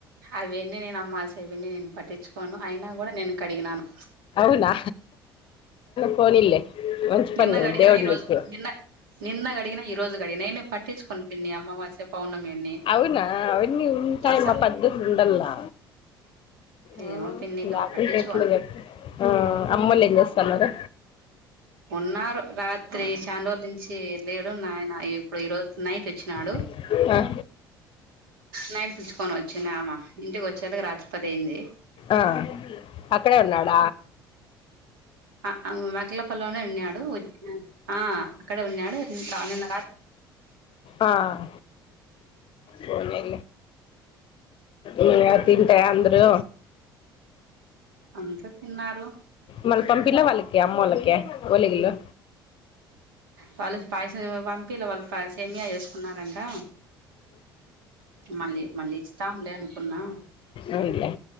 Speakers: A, on the right (about 75°); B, on the left (about 45°).
A: అవెన్ని నేను అమ్మాసేవన్నీ నేను పట్టిచ్చుకోను అయినా గూడా నేను కడిగినాను
B: ఉనా పోనిల్లె మంచి పని
A: నిన్న
B: గా
A: కడిగిన
B: దేవుడు
A: ఈ రోజు
B: నీకి
A: నిన్న నిన్న కడిగిన ఈ రోజు కడిగిన నేను పట్టించుకోను పిన్ని అమావాస్య పౌర్ణమి అన్ని
B: అవునా అవన్నీ ఉంటాయమ్మ
A: అస
B: పద్దతులు ఉండల్లా ఆ
A: ఏమో పిన్ని ఇక
B: లాకుంటే
A: పట్టించుకోను
B: ఎట్ల జెప్పు ఆ అమ్మోల్ ఏం జేస్తన్నారు
A: ఉన్నారు రాత్రి చాంరోల్ నుంచి లేడు నాయన ఇప్పుడు ఈ రోజ్ నైట్ ఒచ్చినాడు
B: అ
A: నయన్ పిలుచుకొని వచ్చినామ ఇంటికి వచ్చేల్కి రాత్రి పదైంది
B: ఆ అక్కడే ఉన్నాడ
A: అహ్ అ మకిలపల్లోనే ఉన్నాడు ఆహ్ అక్కడ ఉన్నాడు ఇ నిన్ రానిల
B: ఆహ్ పోనీలే ఉహ్ తింటే అందరూ
A: అంతా తిన్నారు
B: మల్ల పంపిల్ల వాళ్ళకి ఆమ్మోళ్ళకి ఒలె గిళ్లు
A: వాలస్ పైస అహ్ పంపిల్ లో వాళ్ళ పాయ్ సేమియా చేసుకున్నారంట మళ్ళీ మళ్ళీ ఇస్తాంలే అనుకున్నా
B: అవునులే